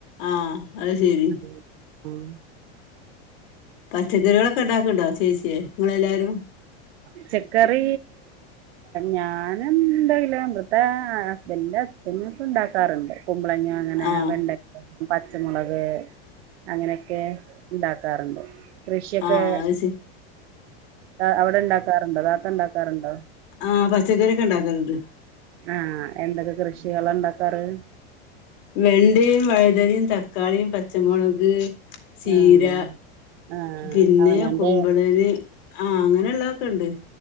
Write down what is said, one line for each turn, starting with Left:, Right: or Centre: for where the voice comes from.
Left: ആ അത് ശരി
Right: അതെ ഉം
Left: പച്ചക്കറികളൊക്കെ ഇണ്ടാക്കണ്ടോ ചേച്ചിയേ നിങ്ങളെല്ലാരും
Right: പച്ചക്കറി ഞാനും എന്തലോ വെറുതെ ഹസ്ബന്റ്ന്റെ അച്ഛന് ഉണ്ടാക്കാറുണ്ട് കുമ്പളങ്ങാ അങ്ങനെ
Left: ആ
Right: വെണ്ടക്ക പച്ചമുളക് അങ്ങനെയൊക്കെ ഇണ്ടാക്കാറുണ്ട് കൃഷിയൊക്കെ
Left: ആ അത് ശരി
Right: അവ ണ്ടോ താത്ത ഉണ്ടാക്കാറുണ്ടോ
Left: ആ പച്ചക്കറിയൊക്കെ ഉണ്ടാക്കലുണ്ട്
Right: ആ എന്തൊക്കെ കൃഷികളാ ഉണ്ടാക്കാറ്
Left: വെണ്ടയും വഴുതനയും തക്കാളിയും പച്ചമുളക് ചീര
Right: ആഹ് ആഹ്
Left: പിന്നെ
Right: അവനാന്റെ
Left: കുമ്പളന് ആ അങ്ങനെള്ളതൊക്കെ ഇണ്ട്